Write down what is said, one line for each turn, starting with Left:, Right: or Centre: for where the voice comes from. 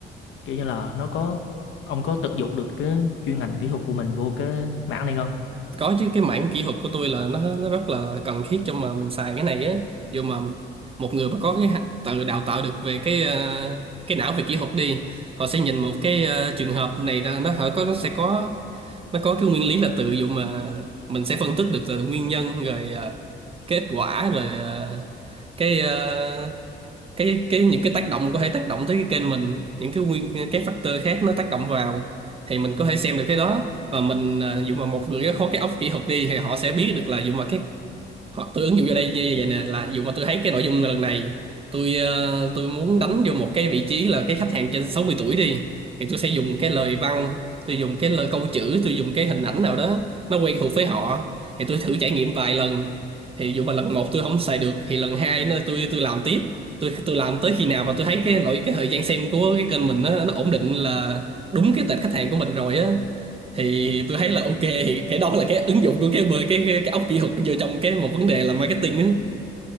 Left: kiểu như là nó có ông có tận dụng được cái chuyên ngành kỹ thuật của mình vô cái mảng này không?
Right: có chứ cái mảng kỹ thuật của tôi là nó nó rất là cần thiết cho mà mình xài cái này á dù mà một người mà có cái hạ- tự đào tạo được về cái ờ, cái não về kỹ thuật đi họ sẽ nhìn một cái ờ, trường hợp này là nó họ có nó sẽ có nó có cái nguyên lý là tự dụ mà mình sẽ phân tích được là nguyên nhân rồi à, kết quả rồi à, cái à, cái cái những cái tác động có thể tác động tới cái kênh mình những cái nguyên cái factor khác nó tác động vào thì mình có thể xem được cái đó và mình à, dụ mà một người có cái óc kỹ thuật đi thì họ sẽ biết được là dụ mà cái hoặc tôi ứng dụng vô đây như vậy nè là dù mà tôi thấy cái nội dung lần này tôi ờ, tôi muốn đánh vô một cái vị trí là cái khách hàng trên 60 tuổi đi thì tôi sẽ dùng cái lời văn tôi dùng cái lời câu chữ tôi dùng cái hình ảnh nào đó nó quen thuộc với họ thì tôi thử trải nghiệm vài lần thì dù mà lần một tôi không xài được thì lần hai nó tôi tôi làm tiếp tôi tôi làm tới khi nào mà tôi thấy cái nội cái thời gian xem của cái kênh mình nó nó ổn định là đúng cái tệp khách hàng của mình rồi á thì tôi thấy là ok thì cái đó là cái ứng dụng của cái bờ cái cái, cái óc kỹ thuật vô trong cái một vấn đề là marketing á